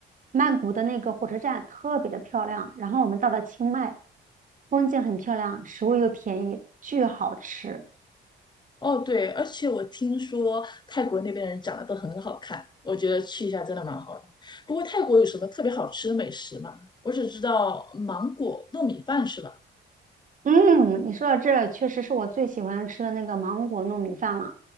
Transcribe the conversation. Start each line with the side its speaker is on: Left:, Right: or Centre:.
Right: 曼谷的那个火车站特别的漂亮。然后我们到了清迈，风景很漂亮，食物又便宜，巨好吃。
Left: 哦，对，而且我听说泰国那边的人长得都很好看，我觉得去一下真的蛮好的。不过泰国有什么特别好吃的美食吗？我只知道芒果糯米饭是吧？
Right: 嗯，你说到这，确实是我最喜欢吃的那个芒果糯米饭了，